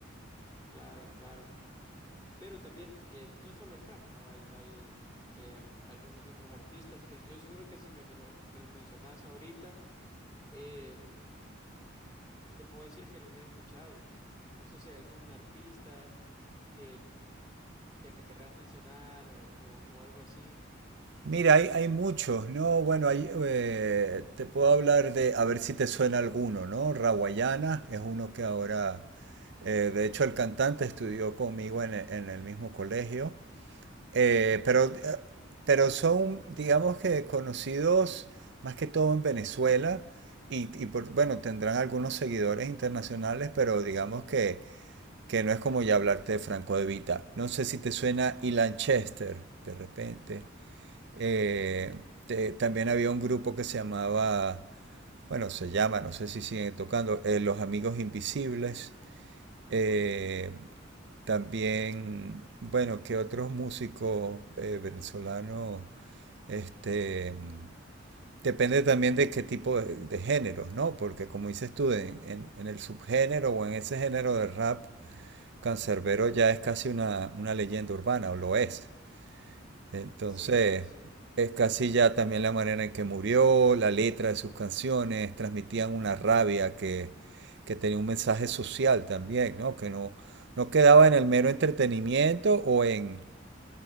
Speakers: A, on the left; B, on the right.
A: claro, claro. Pero también eh, no solo es rap, ¿no? Hay, hay eh, al- algunos otros artistas que estoy seguro que si me, me lo- me los mencionas ahorita Eh, te puedo decir que los he escuchado. No sé si hay algún artista que, que me querrás mencionar o, o- o algo así.
B: Mira, hay, hay muchos, ¿no? Bueno, hay, eh, te puedo hablar de, a ver si te suena alguno, ¿no? Rawayana es uno que ahora, eh, de hecho el cantante estudió conmigo en, e- en el mismo colegio. Eh,
A: En
B: pero,
A: serio.
B: eh, pero son, digamos que conocidos más que todo en Venezuela y, y por-
A: Ujú,
B: bueno, tendrán algunos seguidores internacionales, pero digamos que, que no es como ya hablarte de Franco De Vita. No sé si te suena Ilan Chester, de repente. Eh, te- también había un grupo que se llamaba, bueno, se llama, no sé si siguen tocando, eh, Los Amigos Invisibles. Eh,
A: ujú.
B: también, bueno, que otros músicos eh, venezolanos, este, depende también de qué tipo de, de géneros, ¿no? Porque como dices tú, en, en- en el subgénero o en ese género de rap, Canserbero ya es casi una, una leyenda urbana, o lo es. Entonces,
A: Sí, lo es.
B: es casi ya también la manera en que murió, la letra de sus canciones, transmitían una rabia que, que tenía un mensaje social también, ¿no? Que no, no quedaba en el mero entretenimiento o en,